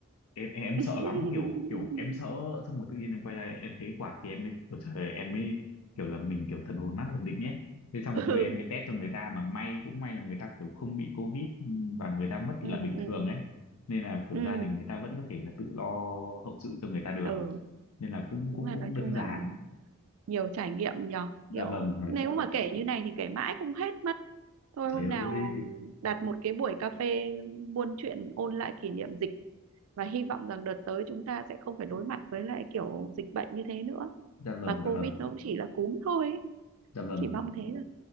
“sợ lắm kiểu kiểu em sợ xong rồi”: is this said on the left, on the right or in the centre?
Left